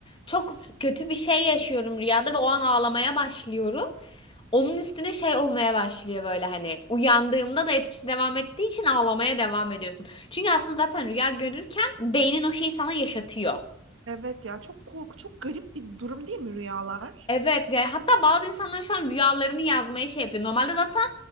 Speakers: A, on the left; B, on the right.
A: çok f- kötü bir şey yaşıyorum rüyada ve o an ağlamaya başlıyorum. Onun üstüne şey olmaya başlıyor böyle hani uyandığımda da etkisi devam ettiği için ağlamaya devam ediyorsun. Çünkü aslında zaten rüya görürken beynin o şeyi sana yaşatıyor.
B: evet ya çok korku, çok garip bir durum değil mi rüyalar?
A: Evet, e, hatta bazı insanlar şu an rüyalarını yazmaya şey yapıyor. Normalde zaten